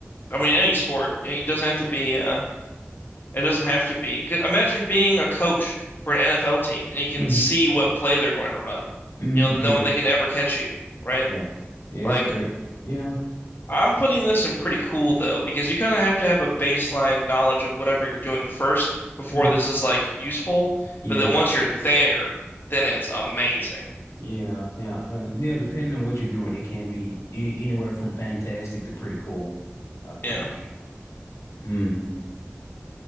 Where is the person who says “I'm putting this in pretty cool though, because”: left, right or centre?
Left